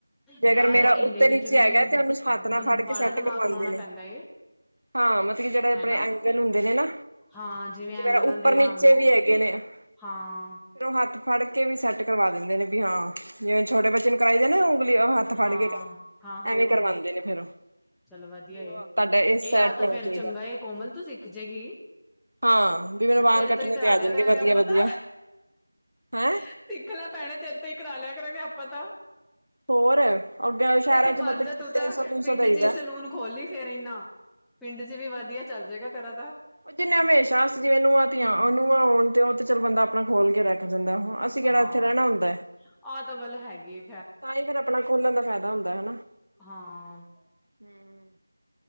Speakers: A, on the right; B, in the centre.
A: ਜੇ
B: ਯਾਰ
A: ਅਗਰ ਮੇਰਾ
B: ਇਹਦੇ
A: ਉੱਤੇ
B: ਵਿੱਚ
A: ਨੀਚੇ
B: ਵੀ
A: ਹੈਗਾ, ਤੇ ਉਹਨੂੰ ਹੱਥ ਨਾਲ
B: ਦਮ
A: ਫੜ
B: ਬਾਹਲਾ
A: ਕੇ ਸੈੱਟ ਕਰਵਾਉਂਦੇ
B: ਦਿਮਾਗ ਲਾਉਣਾ
A: ਨੇ
B: ਪੈਂਦਾ ਏ
A: ਹਾਂ ਮਤਲਬ ਕੀ ਜਿਹੜੇ ਆਪਣੇ
B: ਹੈਨਾ
A: ਐਂਗਲ ਹੁੰਦੇ ਨੇ ਨਾ,
B: ਹਾਂ ਜਿਵੇਂ
A: ਜਿਵੇੰ
B: ਐਂਗਲਾਂ
A: ਉੱਪਰ
B: ਦੇ
A: ਨੀਚੇ
B: ਵਾਂਗੂ
A: ਵੀ ਹੈਗੇ ਨੇ ਫਿਰ
B: ਹਾਂ
A: ਔ ਹੱਥ ਫੜ ਕੇ ਵੀ ਸੈਟ ਕਰਵਾ ਦਿੰਦੇ ਨੇ, ਵੀ ਹਾਂ ਜਿਵੇਂ ਛੋਟੇ ਬੱਚੇ ਨੂੰ ਕਰਾਈ ਦੇ ਨੇ, ਉਂਗਲੀ ਹੱਥ ਫੜ
B: ਹਾਂ
A: ਕੇ ਕੰਮ
B: ਹਾਂ ਹਾਂ
A: ਐਵੇਂ
B: ਹਾਂ
A: ਕਰਵਾਉਂਦੇ ਨੇ ਫੇਰ ਉਹ
B: ਚੱਲ ਵਧੀਆ
A: ਵੀ ਉਹ
B: ਇਹ,
A: ਤੁਹਾਡਾ ਇਸ
B: ਏ
A: ਸਾਈਡ
B: ਆਹ
A: ਤੇ
B: ਤਾਂ
A: ਹੋਣਾ
B: ਫੇਰ
A: ਚਾਹੀਦਾ
B: ਚੰਗਾ, ਕੋਮਲ ਤੂੰ ਸਿੱਖ ਜੁਗੀ
A: ਹਾਂ ਵੀ ਮੈਨੂੰ
B: ਹਾ,
A: ਵਾਲ
B: ਤੇਰੇ
A: ਕੱਟਣੇ
B: ਤੋਂ ਹੀ ਕਰਾ
A: ਤੇ ਆ
B: ਲਿਆ
A: ਜਾਣਗੇ
B: ਕਰਾਂਗੇ,
A: ਵਧੀਆ-ਵਧੀਆ
B: ਆਪਾਂ ਤਾਂ
A: ਹੈਂ
B: ਸਿੱਖ ਲੈ ਭੈਣੇ, ਤੇਰੇ ਤੋਂ ਹੀ ਕਰਾ ਲਿਆ ਕਰਾਂਗੇ ਆਪਾਂ ਤਾਂ।
A: ਹੋਰ ਅੱਗੇ ਸ਼ਹਿਰਾਂ
B: ਇਹ ਤੂੰ
A: ਚ
B: ਮਰ
A: ਮਤਲਬ
B: ਜਾ
A: ਕਿ
B: ਤੂੰ
A: ਤਿੰਨ
B: ਤਾਂ
A: ਸੌ ਤਿੰਨ
B: ਪਿੰਡ
A: ਸੌ ਦਈਦਾ।
B: ਚ ਹੀ ਸਲੂਨ ਖੋਲਲੀ ਫੇਿਰ ਇਨਾ ਪਿੰਡ ਚ ਵੀ ਵਧੀਆ ਚੱਲ ਜਾਏਗਾ ਤੇਰਾ ਤਾਂ
A: ਉਹ ਜਿੰਨੇ ਹਮੇਸ਼ਾ ਜਿਵੇਂ ਨੂੰਅ ਤੀਆ, ਨੂਆ ਆਉਣ ਤੇ ਉਹ ਤੇ ਚਲ ਬੰਦਾ ਆਪਣਾ ਖੋਲ ਕੇ ਰੱਖ ਜਾਂਦਾ ਅਸੀਂ ਕਿਹੜਾ
B: ਹਾਂ
A: ਇੱਥੇ ਰਹਿਣਾ ਹੁੰਦਾ ਹੈ,
B: ਆ ਤਾਂ ਗੱਲ ਹੈਗੇ
A: ਤਾਂ ਹੀ ਫੇਿਰ ਆਪਣਾ ਖੋਲਣ ਦਾ ਫ਼ਾਇਦਾ ਹੁੰਦਾ ਹਨਾ
B: ਹਾਂ
A: ਹਮ